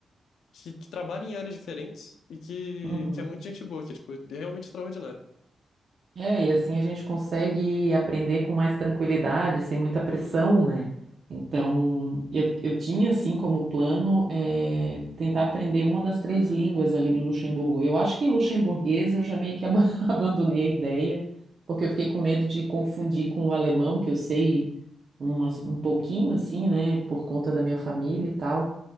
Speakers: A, on the left (about 85°); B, on the right (about 55°).
A: que, que trabalha em áreas diferentes e que,
B: Uhum.
A: que é muito gente boa, que é tipo, é realmente extraordinário.
B: É, e assim a gente consegue aprender com mais tranquilidade, sem muita pressão, né? Então, eu, eu tinha, assim, como plano, é tentar aprender uma das três línguas ali de Luxemburgo. Eu acho que luxemburguês eu já meio que aba- <laughs> abandonei a ideia, porque eu fiquei com medo de confundir com o alemão, que eu sei umas- um pouquinho, assim, né, por conta da minha família e tal.